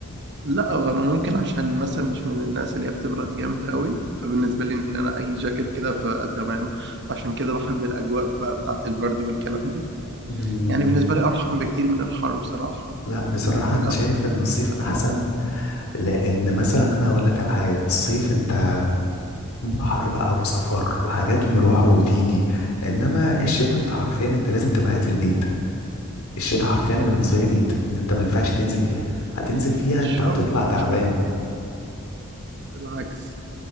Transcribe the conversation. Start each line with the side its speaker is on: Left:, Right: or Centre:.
Right: لا هو انا ممكن عشان مثلا مش من الناس اللي هي بتبرد جامد قوي فبالنسبه لي ان انا اي جاكيت كده فتمام فعشان كده بحب الاجواء بقى بتاعه البرد والكلام دي
Left: مم،
Right: يعني بالنسبه لي ارحم بكتير من الحر بصراحه
Left: لا بصراحة
Right: لا
Left: أنا شايف إن الصيف أحسن لأن مثلا أنا هقولك على حاجة الصيف أنت بحر بقى وسفر وحاجات مروح وتيجي إنما الشتا أنت حرفيا أنت لازم تبقى قاعد في البيت الشتاء حرفيا انا بالنسبه لي بيت ان انت ما ينفعش تنزل فيها هتنزل فيها
Right: مش
Left: انت
Right: شرط
Left: هتطلع تعبان
Right: مش شرط بالعكس